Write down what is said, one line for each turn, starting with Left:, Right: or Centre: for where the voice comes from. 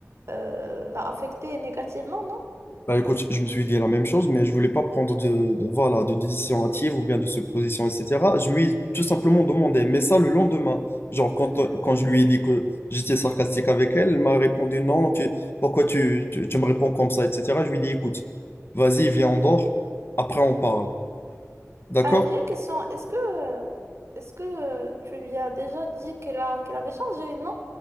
Right: euh, l'a affecté négativement, non?
Left: Bah écoute, je me suis dit la même chose, mais je voulais pas prendre de, de, voilà, de décision hâtive ou bien de se supposition, etc. Je lui ai tout simplement demandé, mais ça le lendemain. Genre, quand, euh, quand je lui ai dit que j'étais sarcastique avec elle, elle m'a répondu non, tu, pourquoi tu, tu, tu me réponds comme ça, etc. Je lui ai dit écoute, vas-y, viens, on dort, après on parle. D'accord?
Right: Ah, j'ai une question. Est-ce que, euh, est-ce que euh, tu lui as déjà dit qu'elle a, qu'elle avait changé, non?